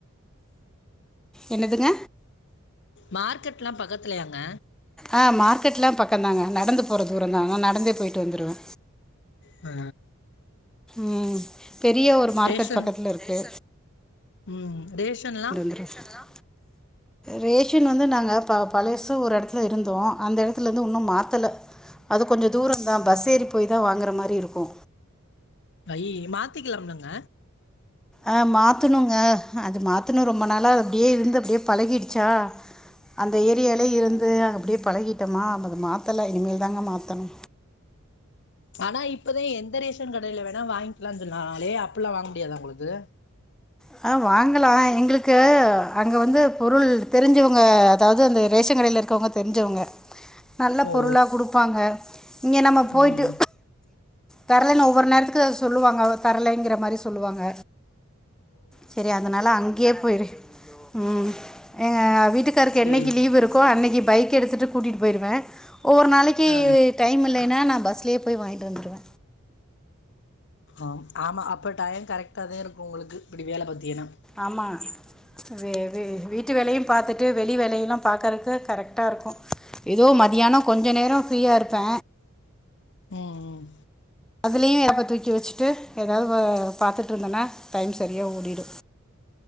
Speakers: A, in the centre; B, on the left.
A: என்னதுங்க
B: மார்க்கெட்லா பக்கத்லையாங்க
A: ஆ மார்கெட்லா பக்கந்தாங்க நடந்து போற தூரந்தாங்க நா நடந்தே போயிட்டு வந்துருவ
B: ஆ
A: ம் பெரிய ஒரு மார்க்கட்
B: ரேஷன்
A: பக்கத்துல இருக்கு
B: ம் ரேஷன்லா
A: ரேஷன்லா ரேஷன் வந்து நாங்க ப பழசு ஒரு எடத்துல இருந்தோ அந்த எடத்துல இருந்து இன்னு மாத்தல அது கொஞ்ச தூரந்தா பஸ் ஏறி போய் தா வாங்குற மாரி இருக்கு
B: அய்யய மாத்திகிலாம்லங்க
A: ஆ மாத்துணுங்க அது மாத்தணு ரொம்ப நாளா அப்டியே இருந்து அப்டியே பழகிடுச்சா அந்த ஏரியாலயே இருந்து அப்டியே பழகிட்டோமா அத மாத்தல இனிமேல் தாங்க மாத்தணு
B: ஆனா இப்பதா எந்த ரேஷன் கடைல வேணா வாங்கிக்கலான் சொன்னாகளே அப்பல்லா வாங்க முடியாத உங்களுக்கு
A: த அ வாங்கலா எங்களுக்கு அங்க வந்து பொருள் தெரிஞ்சவங்க அதாவது அந்த ரேஷன் கடையில க்கவங்க தெரிஞ்சவங்க நல்ல
B: ஓ
A: பொருளா கொடுப்பாங்க இங்க நம்ம போயிட்டு
B: ம்
A: தரலன்னு ஒவ்வொரு நேரத்துக்கு சொல்லுவாங்க தரலைங்கிற மாரி சொல்லுவாங்க சுரி அதனால அங்கேயே போயிரு ம் எங்க வீட்டுக்காருக்கு
B: சேரி
A: என்னைக்கு லீவ் இருக்கோ அன்னைக்கு பைக் எடுத்துட் டு கூட்டிட்டு போய்ருவ ஒவ்வொரு நாளைக்கு
B: ஆ
A: டைம் இல்லைன்னா நா பஸ்லயே போய் வாங்கிட்டு வந்துருவ
B: ஆ ஆமா அப்ப டைம் கரெக்டா தா இருக்கு உங்களுக்கு இப்டி வேல பாத்தியங்கன்னா
A: ஆமா வே வே வீட்டு வேலையு பாத்துட்டு வெளி வேலையுல்லா பாக்கறக்கு கரெக்டா இருக்கு ஏதோ மதியானோ கொஞ்ச நேரோ ஃப்ரீயா இருப்ப
B: ம் ம்
A: அதுலயு லேப்ப தூக்கி வச்சுட்டு எதாது வ பாத்துட்டு இருந்தன்னா டைம் சரியா ஓடிடு